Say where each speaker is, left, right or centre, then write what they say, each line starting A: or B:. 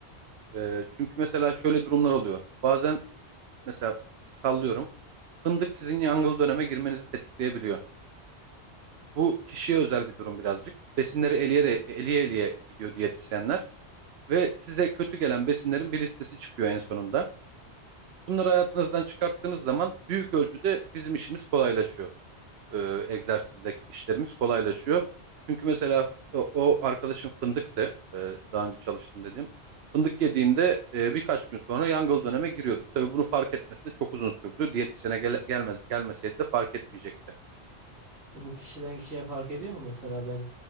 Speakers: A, on the right (about 70°); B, on the right (about 55°).
A: Ee, çünkü mesela şöyle durumlar oluyor. Bazen mesela sallıyorum. Fındık sizin yangıl döneme girmenizi tetikleyebiliyor. Bu kişiye özel bir durum birazcık. Besinleri eleye eliye eliye gidiyor diyetisyenler ve size kötü gelen besinlerin bir listesi çıkıyor en sonunda. Bunları hayatınızdan çıkarttığınız zaman büyük ölçüde bizim işimiz kolaylaşıyor. Ee, egzersizdeki işlerimiz kolaylaşıyor. Çünkü mesela o, o arkadaşım fındıktı. Ee, daha önce çalıştım dediğim. Fındık yediğinde e, birkaç gün sonra yangıl döneme giriyorduk. Tabii bunu fark etmesi de çok uzun sürdü. Diyetisyene gel gelme- gelmeseydi de fark etmeyecekti.
B: Bu kişiden kişiye fark ediyor mu? Mesela ben